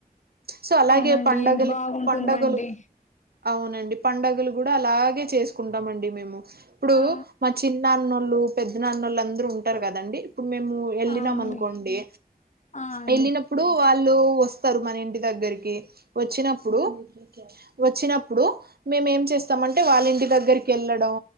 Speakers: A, on the right; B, on the left.
A: సో అలాగే
B: అవునండి
A: పండగలు
B: ఎంత బాగున్
A: పండగలు
B: టుందండి
A: అవునండి పండగలు కూడ అలాగే చేసుకుంటామ అండి మేము ఇప్పుడు
B: ఆ
A: మా చిన్నా అన్నోళ్ళు పెద్ద నాన్న వాళ్ళు అందరు ఉంటారు కదండి ఇప్పుడు మేము వెళ్ళినాం
B: ఆ అండి
A: అనుకోండి
B: ఆ అండి
A: వెళ్ళినప్పుడు వాళ్ వాళ్ళు వస్తరు మన ఇంటి దగ్గరికి వచ్చిన ఇప్పుడు వచ్చినప్పుడు మేమేమ్ చేస్తామంటే వాళ్ళింటి దగ్గరికి వెళ్ళడం